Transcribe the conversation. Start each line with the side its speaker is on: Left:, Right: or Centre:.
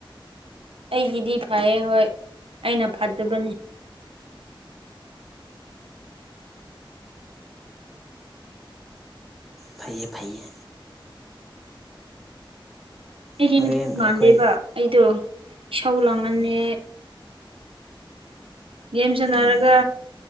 Right: ꯑꯩꯒꯤꯗꯤ ꯐꯌꯦ ꯍꯣꯏ ꯑꯩꯅ ꯐꯠꯇꯕꯅꯤ
Centre: ꯐꯩꯌꯦ ꯐꯩꯌꯦ
Right: ꯑꯩꯗꯤ
Centre: ꯍꯣꯔꯦꯟ
Right: ꯅꯨꯄꯤ ꯃꯥꯟꯗꯦꯕ
Centre: ꯑꯩꯈꯣꯏ
Right: ꯑꯩꯗꯣ ꯏꯁꯧ ꯂꯥꯡꯉꯟꯅꯦ
Centre: ꯎꯝ
Right: ꯒꯦꯝ ꯁꯟꯅꯔꯒ
Centre: ꯎꯝ